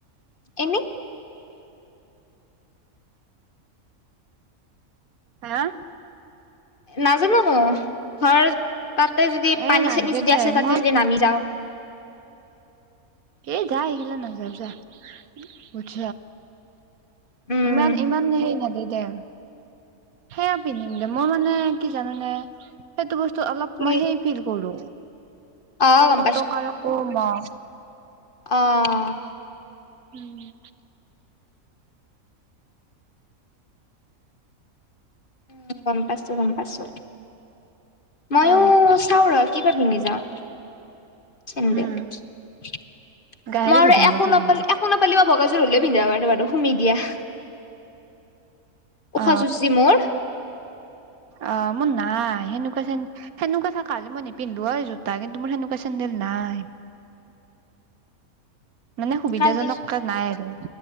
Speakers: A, on the left; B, on the right.
A: এনেই।
B: হাঁ!
A: নাজানো ন। ধৰ তাতে যদি
B: এ
A: পানী
B: নালগে
A: চানী চিদি
B: দে
A: আছে তাতে
B: মই
A: যদি নামি যাওঁ।
B: এ যা এইগিলা নাযাও‌ যা পুছ।
A: উম
B: ইমান ইমান নেহেই নাদে। দে সেয়া পিনিম দে মই মানে কি জানানে সেইটো বস্তু। ত অলপ
A: কি
B: মই সেই ফিল কৰো
A: অ গম
B: কতকা ক ম <unintelligible>
A: অহ
B: উম
A: উম গম পাইছো গম পাইছো ময়ো
B: অ
A: চাও ৰ কিবা পিন্ধি যাওঁ চাম
B: উম
A: ৰ <unintelligible>
B: গাড়ী
A: মই আৰু
B: সুধিম
A: একো
B: ৰ কি
A: <unintelligible> হলে
B: পিন্ধি
A: পিন্ধা ব বাৰো সুমি দিয়া <unintelligible> ওখ
B: অ
A: জোৰ যি মোৰ
B: অ মোৰ নাই, সেনেকোৱা খেন সেনকোৱা কা কালি মই নিপিন্ধিলো আৰু জোতা কিন্তু মোৰ সেনেকুৱা চেন্দেল নাই। মানে সুবিধাজনক
A: কালি
B: নাই আৰু